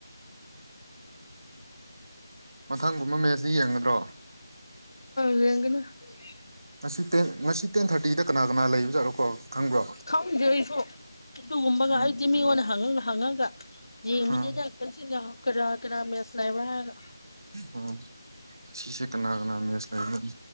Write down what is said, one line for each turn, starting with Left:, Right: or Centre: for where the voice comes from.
Right: ꯃꯊꯪꯒꯨꯝꯕ ꯃꯦꯁꯇꯤ ꯌꯦꯡꯒꯗ꯭ꯔꯣ
Left: <unintelligible>
Right: ꯉꯁꯤ ꯇꯦꯟ ꯉꯁꯤ ꯇꯦꯟ ꯊꯥꯔꯇꯤꯗ ꯀꯅꯥ ꯀꯅꯥ ꯂꯩꯕꯖꯠꯔꯣꯀꯣ ꯈꯪꯕ꯭ꯔꯣ
Left: ꯈꯪꯗꯦ ꯑꯩꯁꯨ ꯑꯗꯨꯒꯨꯝꯕꯒ
Right: ꯎꯝ
Left: ꯑꯩꯗꯤ ꯃꯤꯉꯣꯟꯗ ꯍꯪꯉ ꯍꯪꯉꯒ ꯌꯦꯡꯕꯅꯤꯗꯥ
Right: ꯎꯝ
Left: <unintelligible> ꯀꯔꯥ ꯀꯥꯅꯥ ꯃꯦꯁ ꯂꯩꯕꯔꯥ ꯍꯥꯏꯔꯒꯥ
Right: ꯎꯝ ꯁꯤꯁꯦ ꯀꯅꯥ ꯀꯅꯥ ꯃꯦꯁ ꯂꯩꯕꯣ